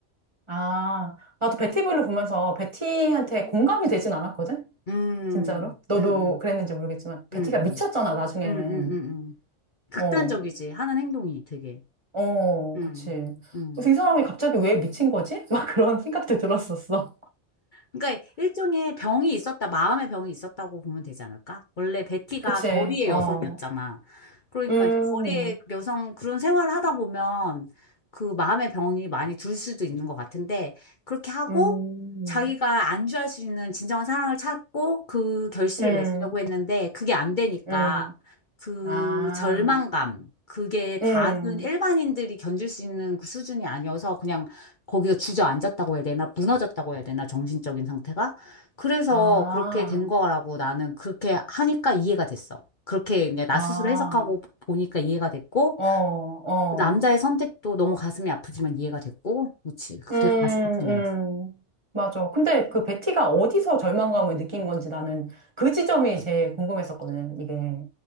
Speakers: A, on the right (about 25°); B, on the left (about 45°).
A: 아, 나도 베티블루 보면서 베티한테 공감이 되진 않았거든?
B: 음,
A: 진짜로? 너도
B: 음, 음,
A: 그랬는지 모르겠지만, 베티가
B: 음, 음,
A: 미쳤잖아, 나중에는.
B: 음, 음, 음. 음. 극단적이지.
A: 어,
B: 하는 행동이 되게.
A: 어,
B: 음,
A: 그치.
B: 음.
A: 그래서 이 사람이 갑자기 왜 미친 거지? <laughs> 막 그런 생각도 들었었어.
B: 그러니까 일종의 병이 있었다, 마음의 병이 있었다고 보면 되지 않을까? 원래 베티가
A: 그치,
B: 거리의
A: 어.
B: 여성이었잖아. 그러니까
A: 음,
B: 이제 거리의 여성 그런 생활을 하다 보면 그 마음의 병이 많이 들 수도 있는 것 같은데 그렇게 하고
A: 음,
B: 자기가 안주할 수 있는 진정한 사랑을 찾고 그 결실을
A: 음,
B: 맺으려고 했는데 그게 안 되니까
A: 음.
B: 그
A: 아,
B: 절망감 그게
A: 음,
B: 다른 일반인들이 견딜 수 있는 그 수준이 아니어서 그냥 거기서 주저앉았다고 해야 되나? 무너졌다고 해야 되나? 정신적인 상태가? 그래서
A: 아,
B: 그렇게 된 거라고 나는 그렇게 하니까 이해가 됐어. 그렇게 이제 나
A: 아.
B: 스스로 해석하고 보니까 이해가 됐고,
A: 어, 어.
B: 그 남자의 선택도 너무 가슴이 아프지만 이해가 됐고, 그지그
A: 음, 음.
B: 되게 가슴 아픈 거지
A: 맞아. 근데 그 베티가 어디서 절망감을 느낀 건지 나는 그 지점이 제일 궁금했었거든, 이게.